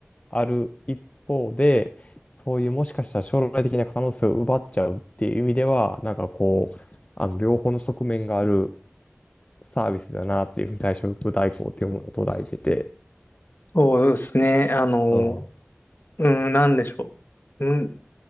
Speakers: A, on the left; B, on the left.
A: ある一方で、そういうもしかしたら将来的な可能性を奪っちゃうっていう意味では、なんかこう、あの、両方の側面があるサービスだなっていうふうに退職代行っていうものを捉えてて、
B: そうですね。あの、
A: うん。
B: うん、なんでしょう。うん、